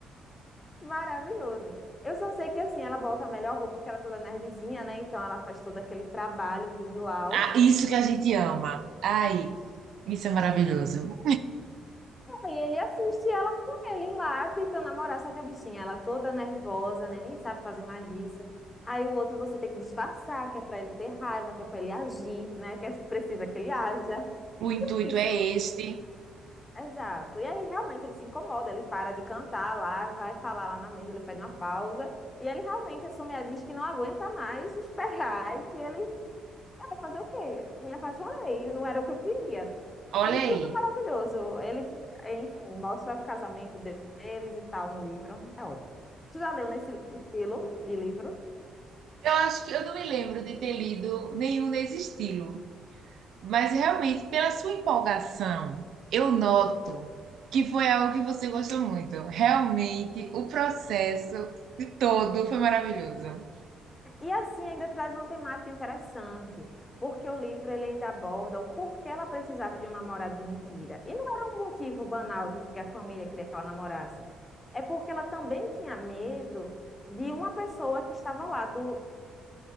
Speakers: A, on the left; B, on the right.
A: Maravilhoso. Eu só sei que assim, ela bota a melhor roupa, porque ela é toda nerdzinha, né? Então ela faz todo aquele trabalho visual.
B: Ah, isso que a gente ama. Ai, isso é maravilhoso.
A: Exato. E ele assiste ela com ele lá, tentando namorar, só que a bichinha, ela toda nervosa, né? Nem sabe fazer mais isso. Aí o outro você tem que disfarçar, que é pra ele ter raiva, que é pra ele agir, né? Que é precisa que ele haja.
B: O intuito
A: Isso,
B: é este.
A: exato. E aí realmente ele se incomoda, ele para de cantar lá, vai falar lá na mesa, ele pede uma pausa. E ele realmente assume, diz que não aguenta mais esperar <laughs> e que ele Vai fazer o quê? Me apaixonei, não era o que eu queria.
B: Olha
A: E,
B: aí.
A: tipo, maravilhoso. Ele, enfim, mostra o casamento deles e tal no livro. É ótimo. Tu já leu nesse estilo de livro?
B: Eu acho que eu não me lembro de ter lido nenhum nesse estilo, mas realmente, pela sua empolgação, eu noto que foi algo que você gostou muito. Realmente, o processo de todo foi maravilhoso.
A: E, assim, ainda traz uma temática interessante, porque o livro ele ainda aborda o porquê ela precisava de um namorado de mentira. E não era um motivo banal, tipo, que a família queria que ela namorasse. É porque ela também tinha medo de uma pessoa que estava lá do,